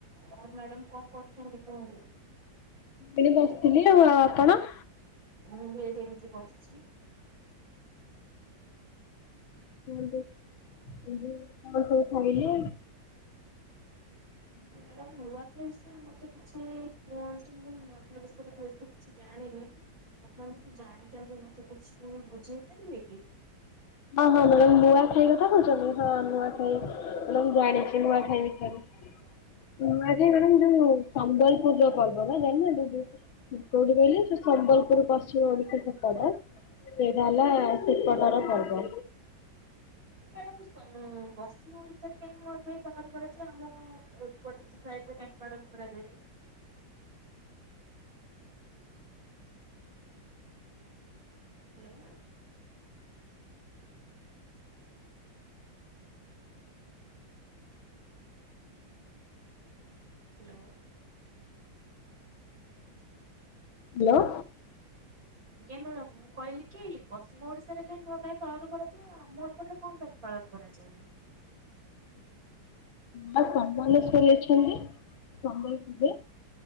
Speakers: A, on the right; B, on the left.
A: ଆଉ ମ୍ୟାଡାମ କଣ କରୁଛନ୍ତି କୁହନ୍ତୁ।
B: ଏଠି ବସିଥିଲି ଆଉ ଆପଣ।
A: ମୁଁ ବି ଏଠି ଏମିତି ବସିଛି।
B: କୁହନ୍ତୁ କଣ ସବୁ ଖାଇଲଲେ? <inaudible>
A: ନୂଆଖାଇ ବିଷୟରେ ମତେ କିଛି କୁହନ୍ତୁ ମୁଁ ନୂଆଖାଇ ବିଷୟରେ ବେଶି କିଛି ଜାଣିନି। ଆପଣ ଯଦି ଜାଣିଛନ୍ତି ମତେ କିଛି ବୁଝେଇ ପାରିବେ କି?
B: ଓଁ ହଁ ମ୍ୟାଡାମ ନୂଆଖାଇ କଥା କହୁଛନ୍ତି ହଁ ନୂଆଖାଇ ମ୍ୟାଡ଼ାମ ଜାଣିଛି ନୂଆ ଖାଇ ନୂଆଁଖାଇ ମ୍ୟାଡ଼ାମ ଯୋଉ ସମ୍ବଲପୁର ର ପର୍ବ ନା ଜାଣିନାହାନ୍ତି। କୋଉଠି କହିଲେ ସେ ସମ୍ବଲପୁର ପଶ୍ଚିମ ଓଡିଶା ସେପଟ। ସେଇ ଟା ହେଲା ସେପଟର ପର୍ବ।
A: ମ୍ୟାଡାମ ପଶ୍ଚିମ ଓଡିଶାରେ କାହିଁକି ନୂଆ ଖାଇ ପାଳନ କରାଯାଏ, ଆମ ଅପଟ ସାଇଟ୍ ରେ ତ କାଈ ପାଳନ କରାଯାଏନି। ହାଲୋ। ହାଲୋ।
B: ହାଲୋ।
A: ଆଜ୍ଞା ମାଡାମ୍, ମୁଁ କହିଲି କି ପଶ୍ଚିମ ଓଡିଶାରେ କାଇହିଁ ନୂଆ କାହିଁ ପାଳନ କରାଯାଏ, ଆମ ଏପଟରେ କଣ ପାଇଁ ପାଳନ କରାଯାଏନି?
B: ହ <inaudible> ମା ସମଲେଶ୍ଵରୀ ଅଛନ୍ତି, ସମ୍ବଲପୁର୍ ରେ